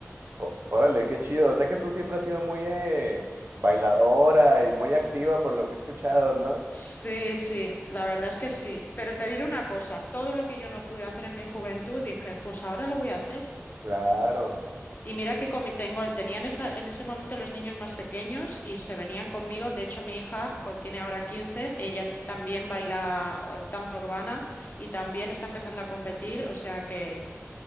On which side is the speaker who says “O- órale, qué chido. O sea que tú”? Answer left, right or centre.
Right